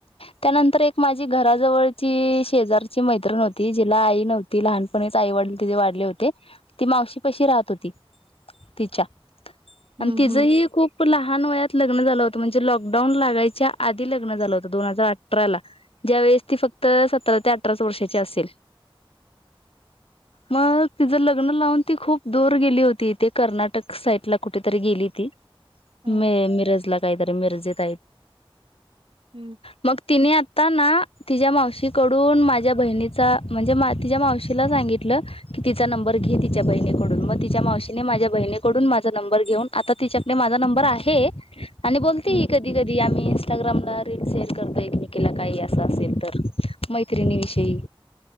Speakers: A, on the left (about 80°); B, on the right (about 65°).
A: त्यानंतर एक माझी घराजवळची शेजारची मैत्रिण हॊती. जिला आई नव्हती लहानपणी.... आई वडील तिचे वारले होते. ती मावशी पशी राहत होती. तिच्या... आणि
B: हम्म
A: तिचंही
B: हम्म
A: खूप.... लहान वयात लग्न झालं होतं. म्हणजे लॉकडाऊन लागायच्या आधी लग्न झालं होतं. दोन हजार अठराला... ज्या वेळेस ती फक्त सतरा ते अठराच वर्षाची असेल.... मग तिचं लग्न लावून ती खूप दूर गेली होती. ते कर्नाटक साईड ला कुठेतरी गेली... मी
B: हम्म
A: मिरज ला काय तरी मिरजेत....
B: हम्म
A: मग काय ती आता... आता ना तिच्या मावशीकडून माझ्या बहिणीचा म्हणजे तिच्या मावशीला सांगितलं.... की तिचा नंबर घे. तिच्या बहिणीकडून मग तिच्या मावशीने माझ्या बहिणीकडून माझा नंबर घेऊन.... आता तिच्याकडे माझा नंबर आहे आणि बोलते
B: हम्म
A: कधी कधी आम्ही.... इस्टाग्रामला रील शेअर करता एकमेकीला काही असं असेल तर मैत्रिणी विषयी....